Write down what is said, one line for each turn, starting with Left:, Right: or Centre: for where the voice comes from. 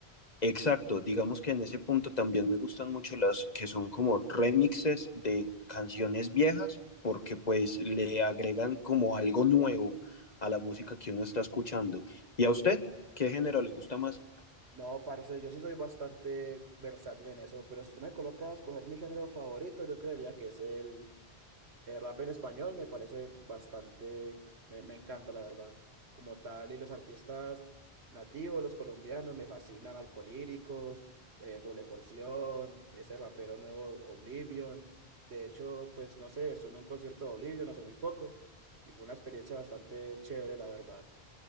Left: Exacto, digamos que en ese punto también me gustan mucho las que son como remixes de canciones viejas, porque pues le agregan como algo nuevo a la música que uno está escuchando. ¿Y a usted qué género le gusta más?
Right: No, parce, yo sí soy bastante versátil en eso, pero si usted me coloca a escoger mi género favorito, yo creería que es el El rap en español me parece bastante, me, me encanta la verdad, como tal, y los artistas nativos, los colombianos, me fascinan, Alcolíricos, eh, Doble Porción, ese rapero nuevo Oblivion, de hecho, pues no sé, estuve en un concierto de Oblivion hace muy poco y fue una experiencia bastante chévere la verdad,